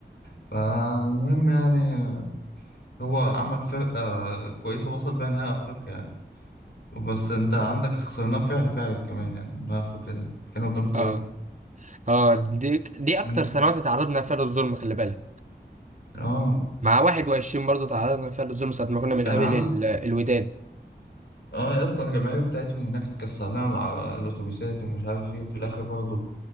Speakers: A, on the left (about 70°); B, on the right (about 40°).
A: فالمهم يعني هو عمل فرقه كويسه وصل بيها نهائي افريقيا يعني بس انت عندك خسرناه بفعل فاعل كمان يعني نهائي افريقيا ده كان قدام ترجي
B: اه اه دي دي اكتر
A: امم
B: سنوات اتعرضنا فيها للظلم خلي بالك
A: اه
B: مع 21 برضو تعرضنا فيها للظلم ساعه ما كنا بنقابل
A: كان عند
B: ال- الوداد
A: اه يا اسطى الجماهير بتاعتهم هناك اتكسر لنا الع- الاتوبيسات ومش عارف ايه وفي الاخر برضه